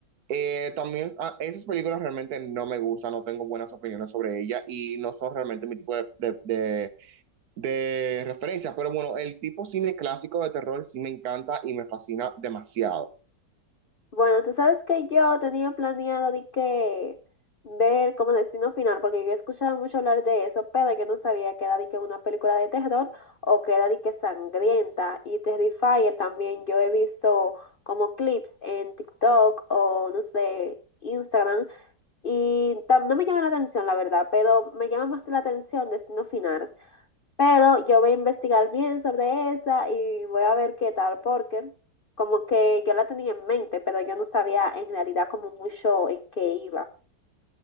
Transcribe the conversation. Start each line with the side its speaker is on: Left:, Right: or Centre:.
Right: eh, también ah, esas películas realmente no me gustan, no tengo buenas opiniones sobre ellas y no son realmente mi tipo de, de, de- de referencia. Pero bueno, el tipo cine clásico de terror sí me encanta y me fascina demasiado.
Left: Bueno, tú sabes que yo tenía planeado de que ver como Destino Final, porque yo escuchaba mucho hablar de eso, pero yo no sabía que era de que una película de terror o que era de que sangrienta. Y Terrifier también yo he visto como clips en TikTok o no sé, Instagram. Y tam- no me llama la atención, la verdad, pero me llama más la atención Destino Final. Pero yo voy a investigar bien sobre esa y voy a ver qué tal, porque como que yo la tenía en mente, pero yo no sabía en realidad como mucho en qué iba.